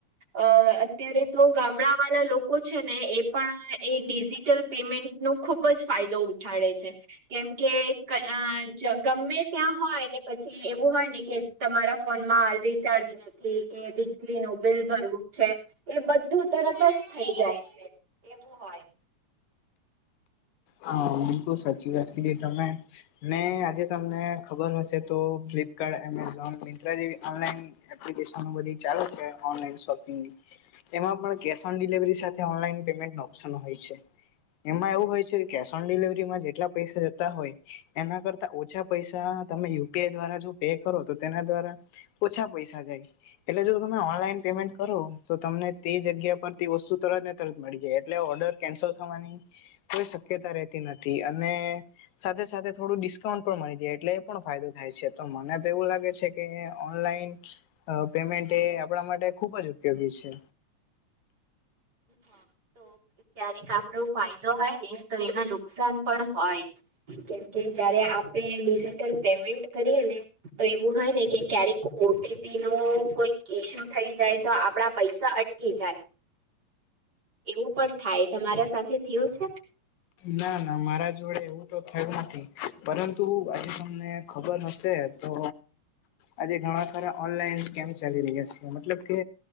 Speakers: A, on the right; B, on the left.
A: અ અત્યારે તો ગામડા વાળા લોકો છે ને એ પણ એ ડિજિટલ પેમેન્ટ નો ખુબ જ ફાયદો ઉઠાડે છે કેમ કે અ ગમે ત્યાં હોય ને પછી એવું હોય ને કે તમારા ફોન માં રી ચાર્જ જ નથી કે વીજળ નું બિલ ભરવું છે એ બધું તરત જ થઈ જાય છે એવું હોય
B: હ બિલકુલ સાચી વાત કીથી તમે ને આજે તમને ખબર હશે તો ફ્લિપકાર્ટ એમેઝોન મિન્ટ્ર જેવી ઓનલાઈન એપ્લિકેશન ઓ બધી ચાલે છે ઓનલાઈન શોપિંગ ની એમાં પણ કેશ ઓન ડિલવરી સાથે ઓનલાઈન પેમેન્ટ નો ઓપ્શન હોય છે એમાં એવું હોય છે કેશ ઓન ડિલવરીમાં જેટલા પૈસા રહેતા હોય એના કરતા ઓછા પૈસા તમે યુપીઆઈ દ્વારા જો પે કરો તો તેના દ્વારા ઓછા પૈસા જાય એટલે જો તમે ઓનલાઈન પેમેન્ટ કરો તો તમને તે જગ્યા પરથી વસ્તુ તરતને તરત મળી જાય એટલે ઓર્ડર કેન્સલ થવાની કોઈ શક્યતા રહેતી નથી અને સાથે સાથે થોડું ડિસ્કાઉન્ટ પણ મળી જાય એટલે એ પણ ફાયદો થાય છે તો મને તો એવું લાગે છે કે ઓનલાઈન પેમેન્ટ એ આપણા માટે ખુબ જ ઉપયોગી છે
A: હા તો ક્યારેક આપડો ફાયદો હોય ને તો એમાં નુકસાન પણ હોય કેમકે જયારે આપડે ડિજિટલ પેમેન્ટ કરીએ ને તો એવું હોય ને કે ક્યારેક ઓટીપી નો કોઈ ઈસ્યુ થઈ જાય તો આપડા પૈસા અટ કી જાય એવું પણ થાય તમારા સાથે થયું છે
B: ના ના મારા જોડે એવું તો થયું નથી પરંતુ આ તમને ખબર હશે તો આજે ઘણા ખાર ઓનલાઈન સ્કેમ ચાલી રહ્યા છેી મતલબ કે